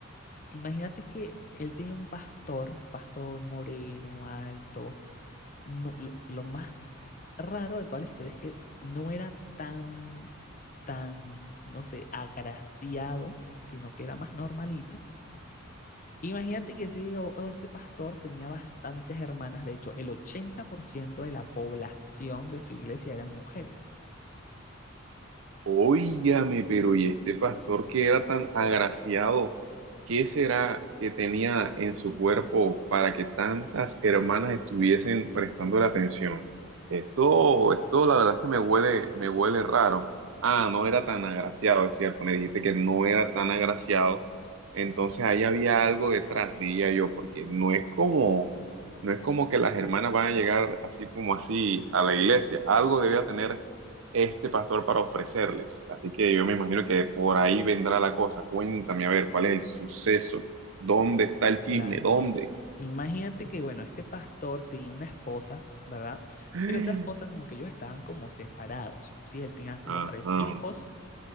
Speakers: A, on the left; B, on the right.
A: Imagínate que él tenía un pastor, un pastor moreno, alto, no, lo, lo más raro de toda la historia es que no era tan, tan, no sé, agraciado, sino que era más normalito. Imagínate que ese, o- o ese pastor tenía bastantes hermanas, de hecho, el 80% de la población de su iglesia eran mujeres.
B: Óigame, pero ¿y este pastor que era tan agraciado? ¿Qué será que tenía en su cuerpo para que tantas hermanas estuviesen prestando la atención? Esto, esto la verdad es que me huele, me huele raro. Ah, no era tan agraciado, es cierto, me dijiste que no era tan agraciado. Entonces ahí había algo detrás, diría yo, porque no es como, no es como que las hermanas van a llegar así como así a la iglesia. Algo debía tener este pastor para ofrecerles. Así que yo me imagino que por ahí vendrá la cosa. Cuéntame, a ver, ¿cuál es el suceso? ¿Dónde está el chisme?
A: Claro.
B: ¿Dónde?
A: Imagínate que, bueno, este pastor tenía una esposa, ¿verdad?
B: <gasps>
A: Pero esa esposa como que ellos estaban como separados, ¿sí? Él tenía como
B: Ajá.
A: tres hijos